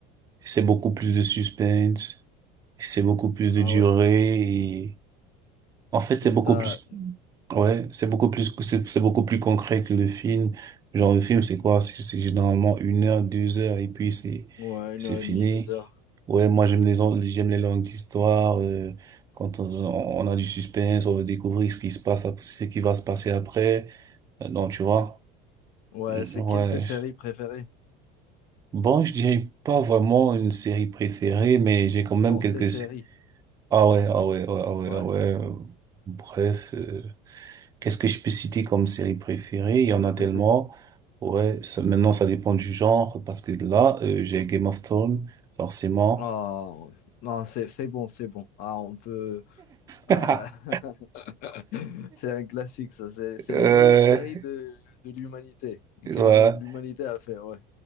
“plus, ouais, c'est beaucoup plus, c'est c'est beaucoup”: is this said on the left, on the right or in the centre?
Right